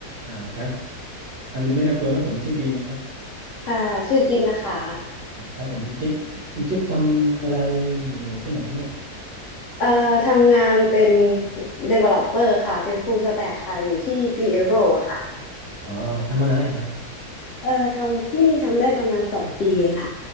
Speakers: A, on the right; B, on the left.
A: อ่าครับอ่าลืมแนะนำตัวนะผมชื่อดีนะครับ
B: ค่ะชื่อกิมนะคะ
A: ครับผมคุณกิฟต์คุณกิฟต์ทำอะไรอยู่ที่ไหนครับเนี่ย
B: เอ่อทำงานเป็น developer ค่ะเป็น full stack ค่ะอยู่ที่ Gable อะค่ะ
A: อ๋อทำมานานแล้วครับ
B: เอ่อทำที่นี่ทำได้ประมาณสองปีเองค่ะ